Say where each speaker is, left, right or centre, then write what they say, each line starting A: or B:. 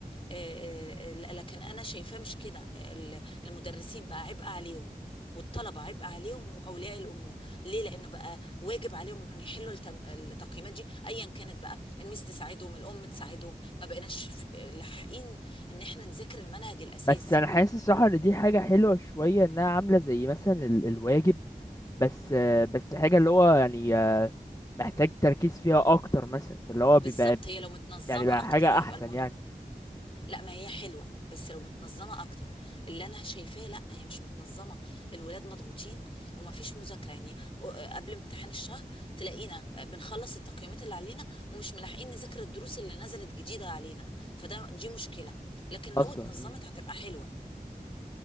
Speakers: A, on the left; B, on the left.
A: آه، آه، لكن انا شايفاه مش كده ال- المدرسين بقى عبء عليهم والطلبه عبء عليهم واولياء الامور ليه لانه بقى واجب عليهم ان يحلوا التم- التقييمات دي ايا كانت بقى الميس تساعدهم الام تساعدهم ما بقيناش في- لاحقين ان احنا نذاكر المنهج الاساسي
B: بس انا حاسس الصراحه ان دي حاجه حلوه شويه انها عامله زي مثلا ال- الواجب بس آه، بس حاجه اللي هو يعني آه، محتاج تركيز فيها اكتر مثلا فاللي هو
A: بالظبط
B: بيبقى
A: هي لو متنظمه
B: يعني بقى
A: اكتر
B: حاجه
A: هيبقى
B: احسن
A: الموضوع
B: يعني
A: لا ما هي حلوه بس لو متنظمه اكتر اللي انا شايفاه لا هي مش متنظمه الولاد مضغوطين وما فيش مذاكره يعني قبل امتحان الشهر تلاقينا بنخلص التقييمات اللي علينا ومش ملاحقين نذاكر الدروس اللي نزلت جديده علينا فده دي مشكله لكن
B: اصلا
A: لو اتنظمت
B: مم.
A: هتبقى حلوه